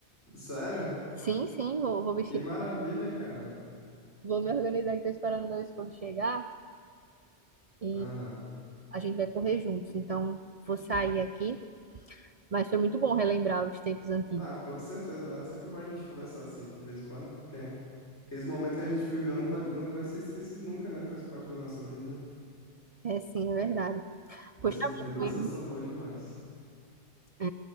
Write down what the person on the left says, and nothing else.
Sério?
Que maravilha, cara.
Aham.
Ah, com certeza, né? Sempre bom a gente conversar assim de vez em quando, porque aqueles momentos que a gente viveu não pode, não vai ser esquecido nunca, né? Faz parte da nossa vida.
Essas
lembranças
são boas demais.